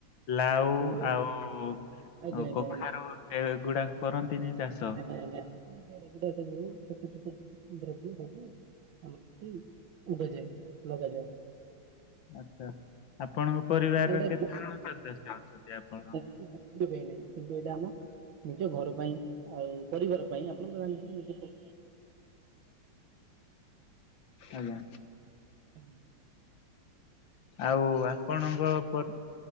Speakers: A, on the left (about 75°); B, on the right (about 80°).
A: ଲାଉ,
B: ଝୁଡୁଙ୍ଗ
A: ଆଉ
B: ଆଜ୍ଞା ଆଜ୍ଞା
A: କଖାରୁ
B: ଆଜ୍ଞା।
A: ଏଗୁଡାକ କରନ୍ତିନି ଚାଷ?
B: <inaudible> ଏଗୁଡା ସବୁ ଛୋଟ ଛୋଟ ଦ୍ରବ୍ୟ ସବୁ ଆଉ ତି ଉଡ଼ାଯାଏ, ଲଗାଯାଏ।
A: ଆଛା, ଆପଣଙ୍କ ପରିବାରର
B: କିନ୍ତୁ ଏଇଟା
A: କେତେ ଜଣ ସଦସ୍ୟ ଅଛନ୍ତି ଆପଣ?
B: ସେ ଭିତୁରୁ ଯାଇନାହିଁ। କିନ୍ତୁ ଏଟା ଆମ ନିଜ ଘର ପାଇଁ, ଆଉ ପରିବାର ପାଇଁ ଆପଣ ତ ଜାଣିଛନ୍ତି, ନିଜ ପ
A: ଆଜ୍ଞା।
B: ଆଜ୍ଞା।
A: ଆଉ ଆପଣଙ୍କ ପର୍